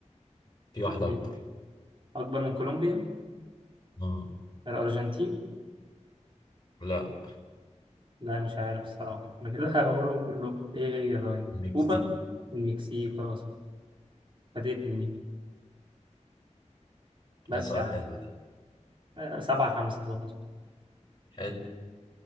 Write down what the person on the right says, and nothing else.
أمال
إيه؟ أكبر من كولومبيا
الأرجنتين
لا مش عارف الصراحة أنا كده <laughs> هقولهم كلهم إيه هي طيب
كوبا المكسيك خلاص فاتتني دي بس
آه، سبعة خمسة برضه